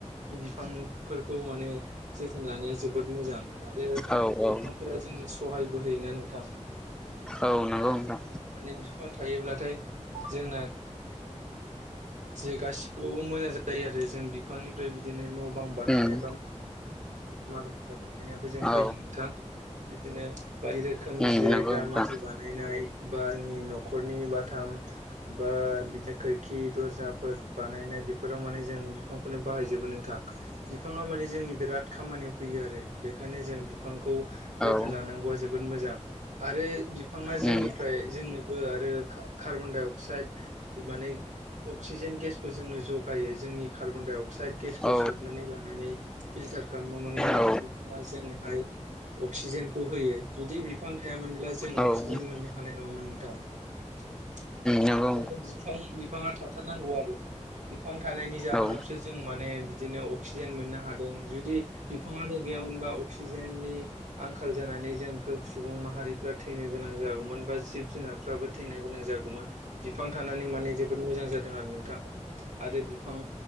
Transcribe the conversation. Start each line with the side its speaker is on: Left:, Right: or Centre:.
Right: बिफांफोरखौ माने जोथोन लानाया जोबोद मोजां आरो
Centre: औ औ
Right: बिफांफोरा जोंनो सहायबो होयोना नोंथां
Centre: औ नंगौ नोंथां
Right: माने बिफां थायोब्लाथाय जोंना जे गासिबावबो मोजां जायो आरो जों बिफांनिफ्राय बिदिनो न' बां बानायनाय
Centre: उम
Right: बा माल माथा बानायनायाबो जों
Centre: औ
Right: बाहायो नोंथां बिदिनो बायदि रोखोमनि
Centre: उम
Right: जिरायग्रा
Centre: नंगौ नोंथां
Right: मासि बानायनाय बानायनाय बा जोंनि न'खरनि बाथाम बा बिदिनो खोरखि दर्जाफोर बानायनाय बेफोराव माने जों बिफांखौनो बाहायजोबो नोंथां। बिफाङा माने जोंनि बिराद खामानियाव फैयो आरो बेखायनो जों बिफांखौ जोथोन
Centre: औ
Right: लानांगौआ जोबोद मोजां आरो बिफाङा जोंनिफ्राय
Centre: उम
Right: जोंनो कार्बनडाइअक्स माने अक्सिज गेसबो खौ जोंनो जगायो जोंनि कार्बन डाइ अक्साइद गेसखौ
Centre: औ
Right: सोबनानै लानानै फिल्टार गामियाव माने
Centre: औ
Right: बिफाङा जोंनिहाय अक्सिजेनखौ होयो जुदि बिफां थायामोनब्ला जों
Centre: औ
Right: अक्सिजेन
Centre: उम
Right: मोननो हानाय नङामोन नोंथां। माने
Centre: नंगौ
Right: बिफां बिफाङा थाथारनांगौ आरो। बिफां थानायनि जाहोनावसो
Centre: नोंथां
Right: जों माने बिदिनो अक्सिजेन मोननो हादों जुदि बिफाङानो गैयामोनबा अक्सिजेननि आंखाल जानानै जों गो सुबुं माहारिफोरा थैनो गोनां जागौमोन बा जिब जुनारफ्राबो थैनो गोनां जागौमोन बिफां थानानै माने जोबोद मोजां जादों आरो नोंथां। आरो बिफां